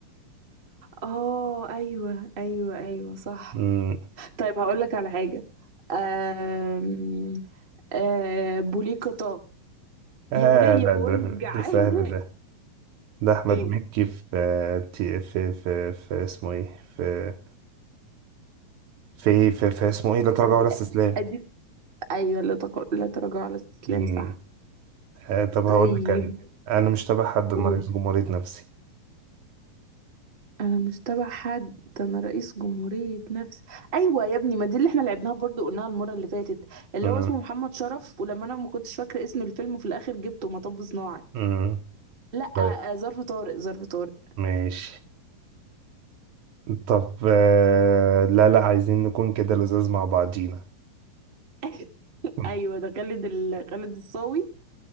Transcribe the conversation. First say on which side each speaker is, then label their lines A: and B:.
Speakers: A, on the right (about 60°); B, on the right (about 75°).
A: اه ايوه ايوه ايوه صح
B: مم.
A: طيب هقول لك على حاجه أم... أم... بوليكتا
B: آه
A: يا وليه
B: لا
A: بقول
B: ده
A: لك جعان
B: ده سهل ده ده أحمد
A: <laughs> ايه
B: مكي في آه، تي- في في في اسمه إيه في في في, في اسمه إيه لا تراجع
A: ادي
B: ولا استسلام
A: ادي ايوه لا تقر... لا تراجع على الاستسلام
B: مم.
A: صح
B: آه طب
A: طيب
B: هقول لك أنا أنا مش تابع حد
A: قول
B: أنا رئيس جمهورية نفسي
A: انا مش تبع حد ده انا رئيس جمهورية نفسي ايوه يا ابني ما دي اللي احنا لعبناها برضو قلناها المرة اللي فاتت اللي
B: مم.
A: هو اسمه محمد شرف ولما انا ما كنتش فاكرة اسم الفيلم في الاخر جبته مطب صناعي
B: مم.
A: لا
B: طيب
A: آه، ظرف طارق ظرف طارق
B: ماشي طب آه لا لا عايزين نكون كده لزاز مع بعضينا
A: <laughs>
B: مم.
A: ايوه ده خالد ال... خالد الصاوي